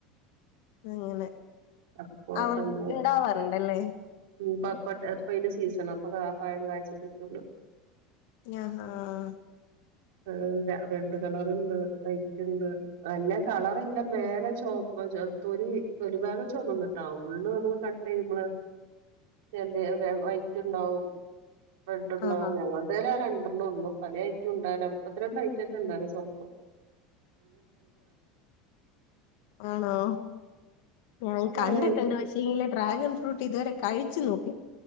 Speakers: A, on the left; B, on the right.
A: അങ്ങനെ
B: സപ്പോട്ട
A: അവർ
B: ഉണ്ട്
A: ഉണ്ടാവാറുണ്ടല്ലേ
B: ഇപ്പ ഇപ്പ അയി ന്റെ സീസൺ അപ്പൊ പായം കഴച്ചിട്ടൊക്കെ ഉള്ളു
A: ആഹ ആഹ
B: ഏ റെഡ് കളർണ്ട് വൈറ്റ് ഇണ്ട് നല്ല കളർല്ലാം മേലെ ചോപ്പ് തൊലി തൊലി ഭാഗം ചുമന്നിട്ടാവും ഉള്ള് നമ്മള് കട്ട് ചെയ്യുമ്പള് നമ്മള് ചെ വൈറ്റ് ഉണ്ടാവും റെഡ് ഉണ്ടാവും
A: ആഹാ
B: ഞങ്ങൾ തേൽ ര പലായിട്ട് ഉണ്ട മുപ്പത്തിരണ്ട് ഐറ്റായിട്ട് ഇണ്ടവിടെ സ്വന്തം
A: ആണോ ഞാൻ
B: ഇപ്പൊ കൊറേ
A: കണ്ടിട്ടുണ്ട്
B: ആയിട്ട്
A: പക്ഷേ ഈലെ ഡ്രാഗൺ ഫ്രൂട്ട് ഇതുവരെ കഴിച്ചു നോക്കി